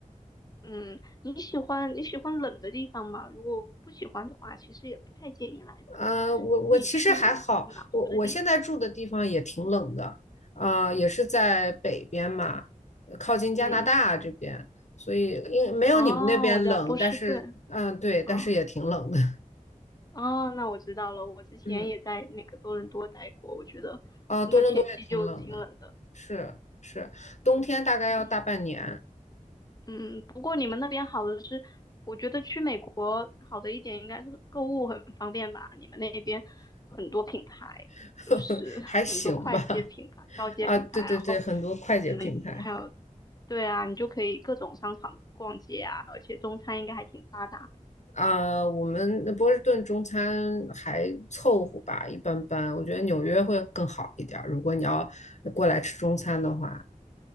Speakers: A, on the left; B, on the left.
A: 嗯，你喜欢你喜欢冷的地方吗？如果不喜欢的话，其实也不太建议来芬兰，
B: 啊，我我其实还好，
A: 你去暖和的地方。
B: 我我现在住的地方也挺冷的，啊、也是在北边嘛，靠近加拿大这边，
A: 嗯，
B: 所以应没有你们那边冷，
A: 哦，我知道波士顿，
B: 但是，嗯、对，但是也挺冷的，
A: 嗯，
B: <laughs>
A: 哦，那我知道了。我之前也在那个多伦多待过，
B: 嗯，
A: 我觉得那天气就挺冷的。
B: 啊、多伦多也挺冷的，是是，冬天大概要大半年，
A: 嗯嗯，不过你们那边好的是，我觉得去美国好的一点应该是购物很方便吧？你们那边很多品牌，
B: <laughs>
A: 就是很多快捷品牌、
B: 还行吧，
A: 高阶品牌，
B: 啊，对对对，
A: 然后
B: 很多快捷品牌
A: 嗯，还有对啊，你就可以各种商场逛街啊，而且中餐应该还挺发达。
B: 啊，我们波士顿中餐还凑合吧，一般般。我觉得纽约会更好一点儿，如果你要过来吃中餐的话，